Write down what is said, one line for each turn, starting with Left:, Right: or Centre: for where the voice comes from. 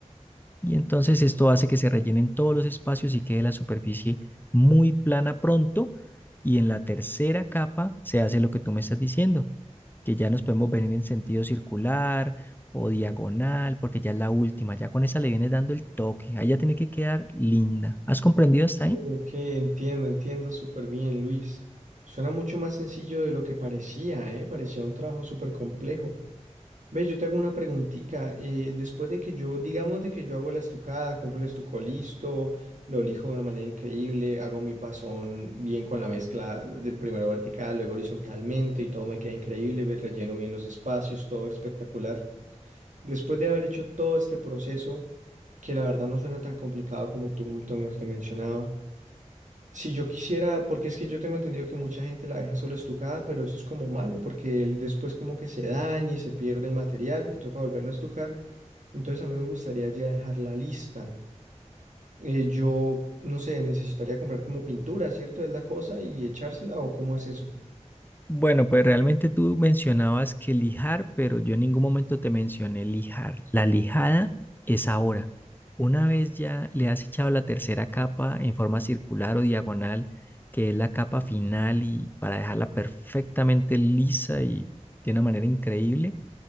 Left: Y entonces esto hace que se rellenen todos los espacios y quede la superficie muy plana pronto. Y en la tercera capa se hace lo que tú me estás diciendo, que ya nos podemos venir en sentido circular o diagonal, porque ya es la última. Ya con esa le vienes dando el toque. Ahí ya tiene que quedar linda. ¿Has comprendido hasta ahí?
Right: Ok, entiendo, entiendo súper bien, Luis. Suena mucho más sencillo de lo que parecía, ¿eh? Parecía un trabajo súper complejo. Ve, yo te hago una preguntita. eh, después de que yo, digamos de que yo hago la estucada, compro el estuco listo, lo lijo de una manera increíble, hago mi pasón bien con la mezcla de primero vertical, luego horizontalmente y todo me queda increíble, ve, relleno bien los espacios, todo espectacular. Después de haber hecho todo este proceso, que la verdad no suena tan complicado como tú, tú me mencionabas. Si yo quisiera, porque es que yo tengo entendido que mucha gente la deja solo estucada, pero eso es como malo, porque él después como que se daña y se pierde el material y toca volverlo a estucar. Entonces a mí me gustaría ya dejarla lista. Eh, yo, no sé, necesitaría comprar como pintura, ¿cierto? Es la cosa y echársela o cómo es eso.
Left: Bueno, pues realmente tú mencionabas que lijar, pero yo en ningún momento te mencioné lijar. La lijada es ahora. Una vez ya le has echado la tercera capa en forma circular o diagonal, que es la capa final y para dejarla perfectamente lisa y de una manera increíble,